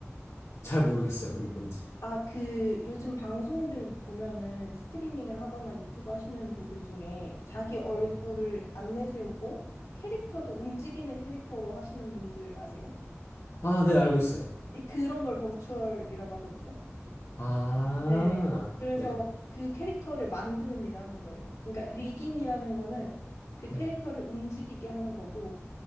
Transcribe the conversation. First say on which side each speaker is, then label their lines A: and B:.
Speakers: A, on the left; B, on the left.
A: 잘 모르겠어요. 그게 뭔지.
B: 아, 그 요즘 방송들 보면은 스트리밍을 하거나 유튜브 하시는 분들 중에 자기 얼굴을
A: 네.
B: 안 내세우고 캐릭터들 움직이는 캐릭터로 하시는 분들 아세요?
A: 아, 네, 알고 있어요.
B: 이- 그런 걸 버추얼이라고 하거든요.
A: 아,
B: 네, 그래서
A: 네,
B: 그 캐릭터를 만드는 일을 하는 거예요. 그러니까 리깅이라는 거는 그 캐릭터를
A: 네,
B: 움직이게 하는 거고,